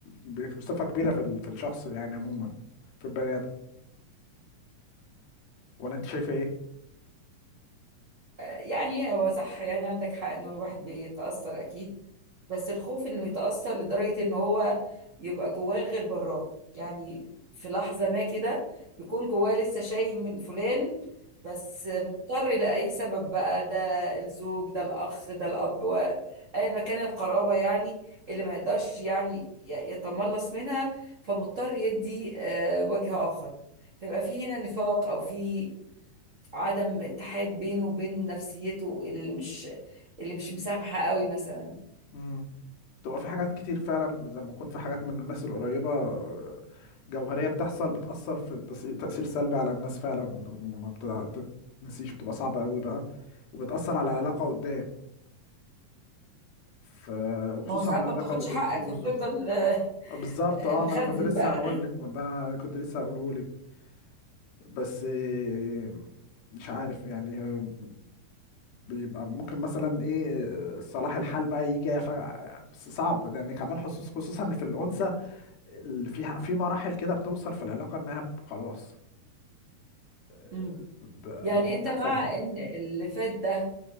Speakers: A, on the left (about 80°); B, on the right (about 80°).
A: ال بصفة كبيرة في ال في الشخص يعني عموما في البني آدم ولا انت شايفة ايه؟
B: يعني هو صح يعني عندك حق إنه الواحد بيتأثر أكيد بس الخوف انه يتأثر لدرجة ان هو يبقى جواه غير براه يعني في لحظة ما كده يكون جواه لسه شايل من فلان بس مضطر لأي سبب بقى ده الزوج ده الأخ ده الأب و- أيا ما كان القرابة يعني اللي ما يقدرش يعني ي- يتملص منها فمضطر يدي آه، وجه آخر فيبقى في هنا نفاق أو في عدم اتحاد بينه وبين نفسيته اللي مش اللي مش مسامحة قوي مثلا
A: امم تبقى في حاجات كتير فعلا زي ما يكون في حاجات من الناس القريبة آه، جوهرية بتحصل بتأثر في تس- تأثير سلبي على الناس فعلا وما بتتنسيش بتبقى صعبة قوي بقى وبتأثر على العلاقة قدام ف... وخصوصا
B: ما هو ساعات
A: مع
B: ما
A: علاقة
B: بتاخدش
A: الزوج
B: حقك فبتفضل
A: والزوجة
B: آه،
A: آه، بالظبط اه
B: مخزن
A: ما انا كنت لسه
B: بقى
A: هقول لك ما ده انا كنت لسه هقوله لك بس آه، مش عارف يعني آه، بيبقى ممكن مثلا ايه آه، صلاح الحال بقى يجي فجأة بس صعب يعني كمان خصوص خصوصا في الأنثى ال- في في مراحل كده بتوصل في العلاقة انها ب- خلاص آه،
B: مم.
A: ده
B: يعني
A: ده
B: انت
A: قفلت
B: مع ان اللي فات ده